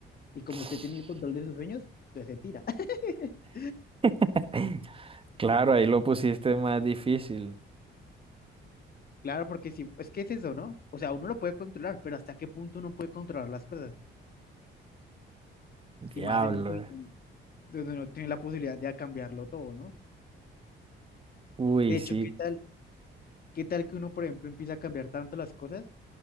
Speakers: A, on the left; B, on the right.
A: Y como
B: <sniffs>
A: usted tiene el control de sus sueños, usted se tira. <laughs>
B: <laughs> Claro, ahí lo pusiste más difícil.
A: Claro, porque si, es que es eso, ¿no? O sea, uno lo puede controlar, pero ¿hasta qué punto uno puede controlar las cosas?
B: Diablo.
A: Y más en un sueño
B: eh.
A: donde uno tiene la posibilidad de cambiarlo todo, ¿no?
B: Uy,
A: De hecho,
B: sí,
A: ¿qué tal, qué tal que uno, por ejemplo, empieza a cambiar tanto las cosas